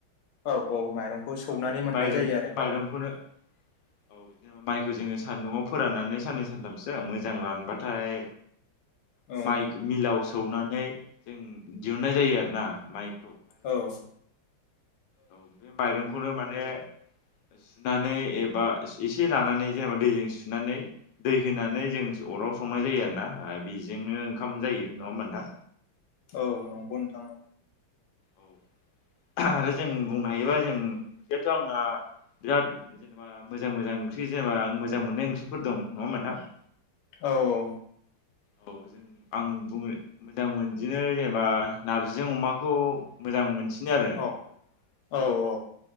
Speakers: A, on the left; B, on the left.
A: औ- औ माइरंखौ सौनानै
B: ओ बिनि
A: मोननाय
B: माइरं
A: जायो
B: बे
A: आरो
B: माइरंखौनो
A: औ <inaudible>
B: औ माइखौ जोङो सान्दुंआव फोराननानै साननै सानथामसो मोजां रानबाथाय
A: औ
B: माइ मिलाव सौनानै जों दिहुननाय जायो आरो ना माइ
A: औ।
B: औ बे माइरंखौनो माने सुनानै एबा एसे लानानै जेनेबा दैजों सुनानै दै होनानै जों अराव संनाय जायो आरो ना बेजोंनो ओंखाम जायो नङा होनबा नोंथां
A: औ नंगौ नोंथां
B: औ आरो जों बुंनो हायोबा जों किनथु आंना बिराद जेनेबा मोजां - मोजां ओंख्रि जेनेबा आं मोजां मोननाय ओंख्रिफोर दं नङा होनबा नोंथां
A: औ- औ
B: औ जों आं बुंनो मोजां <unintelligible> दिनो जेनेबा नारजिजों अमाखौ मोजां मोनसिनो आरो।
A: औ औ औ।